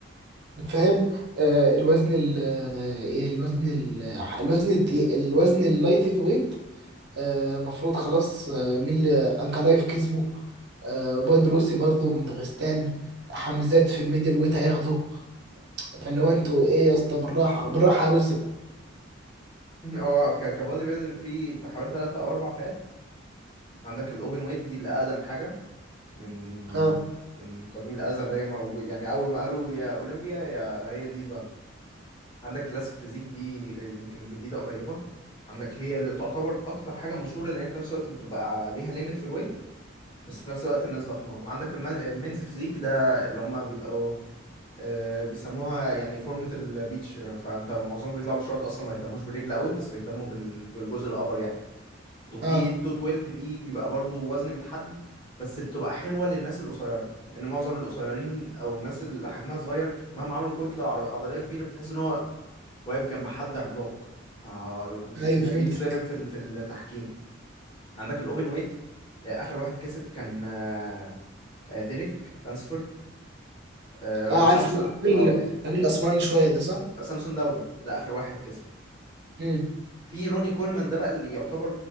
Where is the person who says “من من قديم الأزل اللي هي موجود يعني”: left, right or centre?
Left